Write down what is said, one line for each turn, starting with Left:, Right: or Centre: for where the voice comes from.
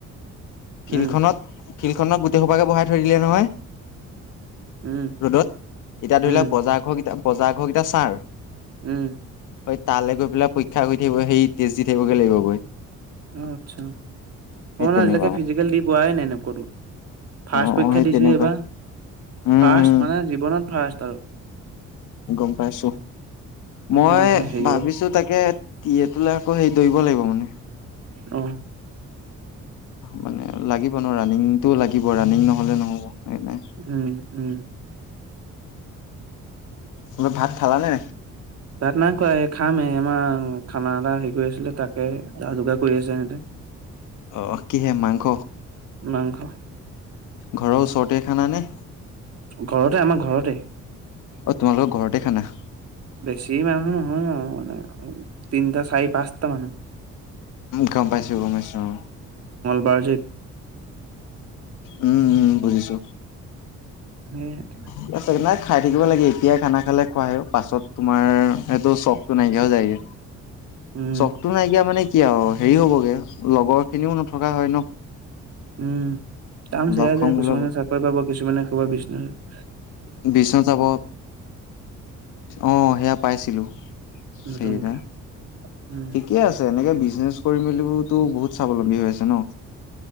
Right: উম
Left: ফিল্ডখনত ফিল্ডখনক গোটেই সোপাকে বহাই থৈ দিলে নহয়
Right: উম
Left: ৰ'দত এতিয়া ধৰি
Right: উম
Left: লোৱাক বজাৰঘৰ কেইটা, বজাৰঘৰকেইটা ছাৰ
Right: উম।
Left: হয় তালৈ গৈ পেলাই পৰীক্ষা কৰি থাকিব সেই টেষ্ট দি থাকিবগৈ লাগিব গৈ।
Right: অ', আচ্ছা, মই
Left: সেই
Right: মানে
Left: তেনেকুৱা
Right: আজিলৈকে ফিজিকেল দি পোৱাই নাই এনে ক'তো। ফাৰ্ষ্ট
Left: অ
Right: পৰীক্ষা
Left: অ সেই
Right: দিছোহে
Left: তেনেকুৱা
Right: এইবাৰ
Left: উম
Right: ফাৰ্ষ্ট মানে জীৱনত ফাৰ্ষ্ট আৰু।
Left: গম পাইছো, মই
Right: একে মানে হেৰিয়ৰ
Left: ভাবিছো তাকে তিয়ে তোলে আকৌ হেৰি দৌৰিব লাগিব মানে।
Right: অ'।
Left: মানে লাগিব ন' ৰানিংটো লাগিব ৰানিং নহ'লে নহ'ব। হয়নে?
Right: উম উম
Left: তুমি ভাত খালা নে?
Right: ভাত নাই খোৱা এ খামহে এম খানা এটা হেৰি কৰি আছিলে তাকে যা যোগাৰ কৰি আছে সিহঁতে।
Left: অ', কিহে? মাংস।
Right: মাংস।
Left: ঘৰৰ ওচৰতেই খানা নে।
Right: ঘৰতে আমাৰ ঘৰতেই।
Left: অ' তোমালোকৰ ঘৰতে খানা।
Right: বেছি মানুহ নহয় আৰু মানে, তিনিটা, চাৰি, পাঁচটা মানুহ।
Left: গম পাইছোঁ-গম পাইছোঁ অ'।
Right: বাৰ <unintelligible>
Left: উম- উম বুজিছো।
Right: উম্।
Left: ঠিক আছে নাই খাই থাকিব লাগে এতিয়াই খানা খালে খোৱা হয়, পাছত তোমাৰ সেইটো চখটো নাইকিয়া হৈ যায়গে।
Right: উম
Left: চখটো নাইকিয়া মানে কি আৰু হেৰি হ'বগে লগৰ খিনিও নথকা হয় ন।
Right: উম, টাৰ্মচ
Left: লগ
Right: হেৰাই
Left: খং
Right: যায়
Left: বোলা
Right: কিছুমানে চাকৰি পাব, কিছুমানে ক'বা বিজনেচ
Left: বিচন চাব। অ' সেয়া পাইছিলো
Right: নতুনকে
Left: সেইদিনা।
Right: উম
Left: ঠিকে আছে, এনেকে বিজনেছ কৰি মেলিওতো বহুত স্বাৱলম্বী হৈ আছে ন।